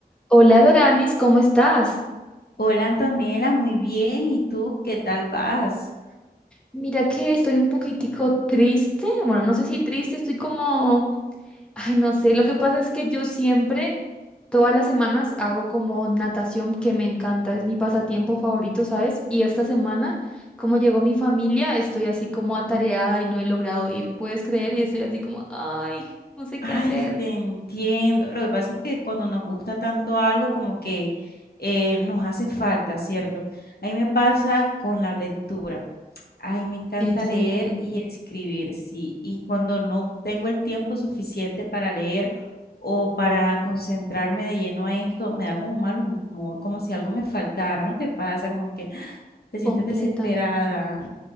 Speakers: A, in the centre; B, on the left (about 70°).
A: Hola Doranis, ¿cómo estás?
B: Hola Antonella, muy bien. ¿Y tú qué tal vas?
A: Mira que estoy un poquitico triste, bueno, no sé si triste, estoy como, ay, no sé, lo que pasa es que yo siempre, todas las semanas hago como natación que me encanta, es mi pasatiempo favorito, ¿sabes? Y esta semana, como llegó mi familia, estoy así como atareada y no he logrado ir, ¿puedes creer? Y estoy así como, ay, no sé
B: Ay,
A: qué hacer.
B: te entiendo. Lo que pasa es que cuando nos gusta tanto algo, como que eh, nos hace falta, ¿cierto? A mí me pasa con la lectura. Ay, me encanta
A: En serio,
B: leer y escribir, sí. Y cuando no tengo el tiempo suficiente para leer o para concentrarme de lleno a esto, me da como un mal humor, como si algo me faltara. ¿No te pasa? Como que te sientes
A: completamente.
B: desesperada.